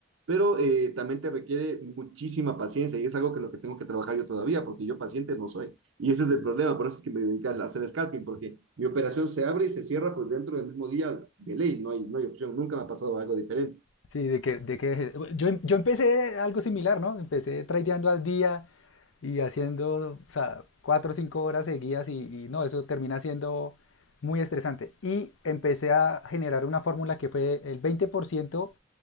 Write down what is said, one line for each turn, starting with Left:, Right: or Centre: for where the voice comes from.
Right: pero eh, también te requiere muchísima paciencia y es algo que lo que tengo que trabajar yo todavía, porque yo paciente no soy. Y ese es
Left: Sí.
Right: el problema, por eso es que me dedico a hacer scalping, porque mi operación se abre y se cierra pues dentro del mismo día de ley, no hay, no hay opción, nunca me ha pasado algo diferente.
Left: Sí, de que, de que yo, em- yo empecé algo similar, ¿no? Empecé tradeando al día y haciendo, o sea, cuatro o cinco horas seguidas y, y no, eso termina siendo muy estresante. Y empecé a generar una fórmula que fue el 20%